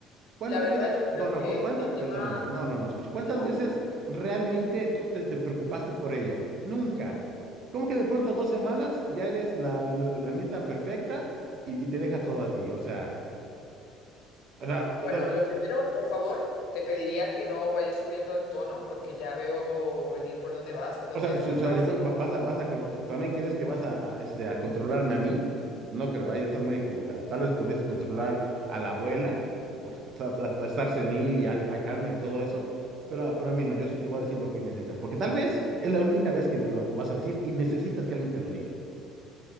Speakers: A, on the right; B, on the left.
A: ¿Cuántas
B: la verdad
A: veces,
B: yo creo
A: no, no,
B: que
A: cu- cuántas,
B: el
A: perdóname,
B: tema,
A: no, no, no, escuché, ¿cuántas
B: no.
A: veces realmente tú te, te preocupaste por ella? Nunca. ¿Cómo que de pronto dos semanas y ya eres la, la, la nita perfecta y, y te deja todo a ti? O sea, o sea, o
B: Bueno,
A: sea,
B: lo primero, por favor, te pediría que no vayas subiendo el tono porque ya veo venir por dónde vas. Entonces,
A: O sea, so-
B: porfa,
A: o sea, yo
B: si
A: creo va- vas a, vas a, co- ta- también crees que vas a, a, este, a controlarme a mí. No creo, ahí estás muy equivocada. Tal vez pudieses controlar a la abuela por, por estar estar- estar senil y al- Alzheimer y todo eso, pero, a- pero a mí no, yo sí te voy a decir lo que necesitas, porque tal vez es la única vez que lo vas a decir y necesitas que alguien te lo diga.